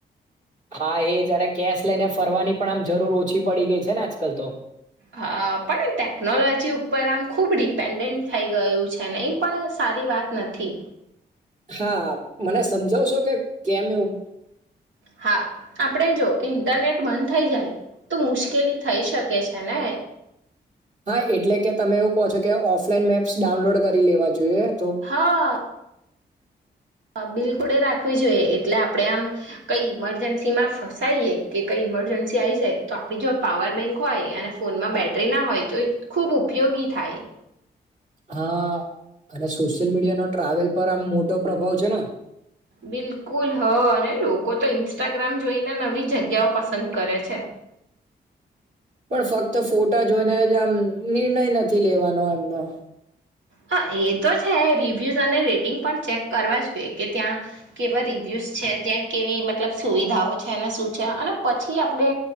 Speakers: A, on the right; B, on the right.
A: હા એજ અને કેશ લઈને ફરવાની પણ આમ જરૂર ઓછી પડી ગઈ છે ને આજકાલ તો
B: હા પણ ટેકનોલોજી ઉપર આમ ખૂબ ડિપેન્ડન્ટ થઈ ગયું છે નહીં પણ સારી વાત નથી
A: હા મને સમજાવશો કે કેમ એવું
B: હા આપણે જો ઇન્ટરનેટ બંધ થઈ જાય તો મુશ્કેલી થઈ શકે છે ને
A: હા એટલે કે તમે એવું કહો છો કે ઓફલાઈન મેપ્સ ડાઉનલોડ કરી લેવા જોઈએ તો
B: હા હા બિલકુડે રાખવી જોઈએ એટલે આપણે આમ કઈ ઈમરજન્સીમાં ફસાઈએ કે કંઈ ઈમરજન્સી આવી જાય તો આપણી જો પાવર બેંક હોય અને ફોનમાં બેટરી ના હોય તો એ ખૂબ ઉપયોગી થાય
A: હા અને સોશિયલ મીડિયા ન ટ્રાવેલ પર આમ મોટો પ્રભાવ છે ને
B: બિલકુલ હ અને લોકો તો ઇન્સ્ટાગ્રામ જોઈને નવી જગ્યાઓ પસંદ કરે છે
A: પણ ફક્ત ફોટા જોઈનેજ આમ નિર્ણય નથી લેવાનો એમનો
B: હા એ તો છે રિવ્યૂઝ અને રેટિંગ પણ ચેક કરવા જોઈએ કે ત્યાં કેવા રિવ્યૂઝ છે ત્યાં કેવી મતલબ સુવિધાઓ છે અને શું છે અને પછી આપણે